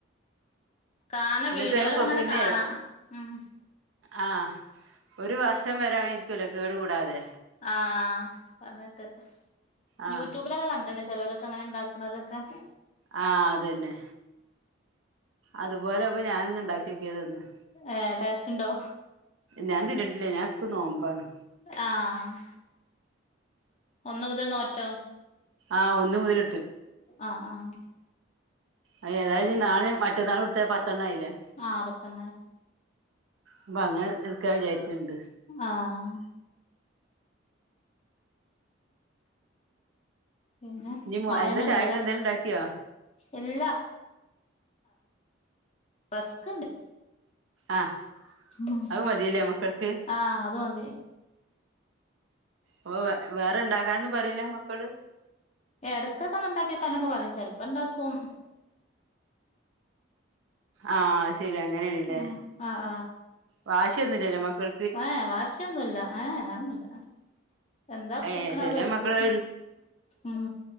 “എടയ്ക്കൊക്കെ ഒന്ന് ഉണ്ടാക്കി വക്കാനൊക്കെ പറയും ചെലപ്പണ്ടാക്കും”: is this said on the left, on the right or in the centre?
Left